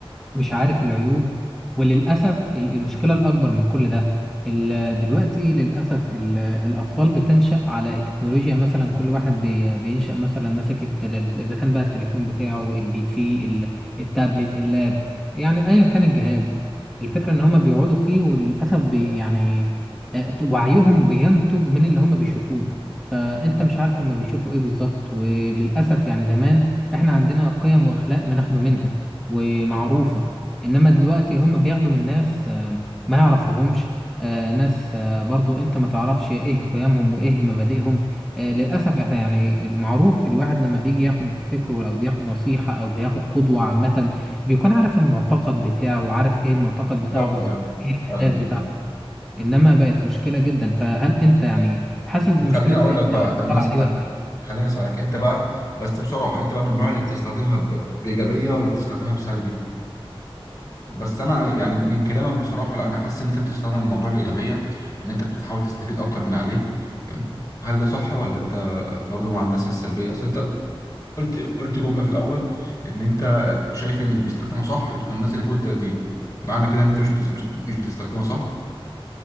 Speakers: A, in the centre; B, on the left.
A: مش عارف العيوب وللأسف ال- المشكلة الأكبر من كل ده ال- دلوقتي للأسف ال- الأطفال بتنشأ على التكنولوجيا مثلا كل واحد بي- بينشأ مثلا ماسك التل- إذا كان بقى التليفون بتاعه البي سي ال- التابلت اللاب يعني أيا كان الجهاز الفكرة إن هما بيقعدوا فيه وللأسف بي يعني آه، وعيهم بينتج من اللي هما بيشوفوه فأنت مش عارف هما بيشوفوا إيه بالظبط وللأسف يعني زمان إحنا عندنا قيم وأخلاق بناخده منها ومعروفة انما دلوقتي هم بياخدوا من ناس آه، ما يعرفوهمش آه، ناس آه، برضو انت ما تعرفش ايه قيمهم وايه مبادئهم آه، للاسف احنا يعني المعروف الواحد لما بيجي ياخد فكره او بياخد نصيحة او بياخد قدوة عامة بيكون عارف المعتقد بتاعه وعارف ايه المعتقد
B: بالظبط
A: بتاعه بالظبط
B: ايوه
A: ايه الاهداف
B: أيوة، بالظبط
A: بتاعته انما بقت مشكلة جدا فهل انت يعني حاسس بمشكلة
B: طب خليني اقول
A: اللي
B: لك بقى خليني
A: طالعة
B: اسالك
A: دي ولا ايه؟
B: خليني اسالك انت بقى بس بصراحه انت بقى من النوع اللي بتستخدمها ب... بايجابيه ولا بتستخدمها بسلبي بس انا يعني من كلامك بصراحه لا انا حاسس ان انت بتستخدم الموضوع بايجابيه ان انت بتحاول تستفيد اكتر من عليه فاهم هل ده صح ولا انت برضو مع الناس السلبيه اصل انت قلت قلت جمله في الاول ان انت شايف ان اللي بيستخدمها صح بتكون الناس اللي فوق ال 30 معنى كده ان انت مش بت... مش مش بتستخدمها صح